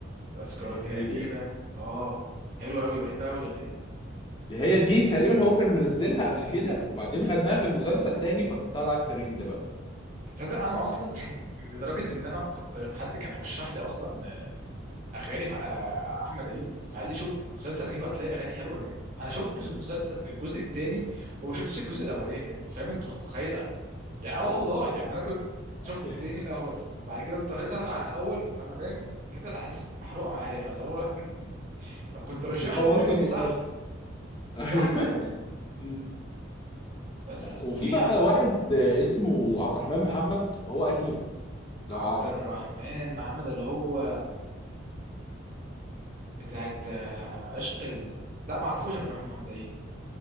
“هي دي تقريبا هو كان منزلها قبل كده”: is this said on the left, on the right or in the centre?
Left